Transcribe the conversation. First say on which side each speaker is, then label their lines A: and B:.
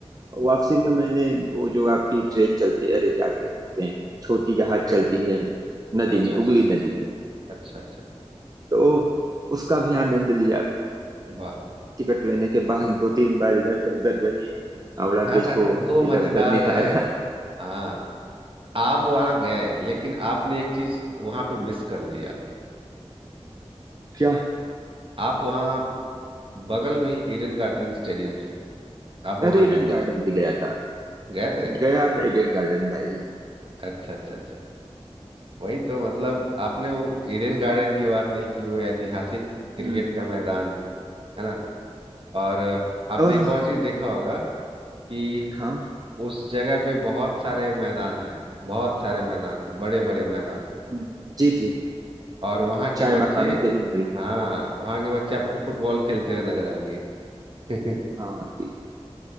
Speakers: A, on the right; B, on the right.
A: वापसी में मैंने वो जो आपकी ट्रेन चलती है अरे क्या कहते हैं छोटी जहाज चलती
B: मैं
A: है नदी
B: अच्छा
A: में
B: अच्छा
A: हुगली
B: अच्छा अच्छा
A: नदी में
B: अच्छा अच्छा
A: तो उसका भी आनंद लिया
B: वाह
A: टिकट लेने के बाद दो तीन बार इधर से उधर वही हावड़ा
B: <laughs>
A: ब्रिज को
B: वो मजेदार
A: इधर उधर निहारा
B: है हाँ आप वहाँ गए लेकिन आपने एक चीज वहाँ पे मिस कर दिया
A: क्या
B: आप वहाँ बगल में ही ईडन गार्डन स्टेडियम है आप वहाँ
A: अरे ईडन
B: नहीं गए
A: गार्डन
B: लगता
A: भी गया था
B: है। गए थे
A: गया था ईडन गार्डन भाई
B: अच्छा अच्छा अच्छा वही तो मतलब आपने वो ईडन गार्डन की बात नहीं की वो ऐतिहासिक क्रिकेट
A: हम्म
B: का मैदान है ना और अ, आपने
A: और
B: एक और चीज देखा होगा कि
A: हाँ
B: उस जगह पे बहुत सारे मैदान हैं बहुत सारे मैदान बड़े बड़े मैदान
A: हम्म, जी जी
B: और वहाँ के
A: चाय
B: बच्चे
A: बागानों के भी मैं
B: हाँ वहाँ के बच्चे आपको फुटबॉल खेलते हुए नजर आएंगे <laughs>
A: हाँ जी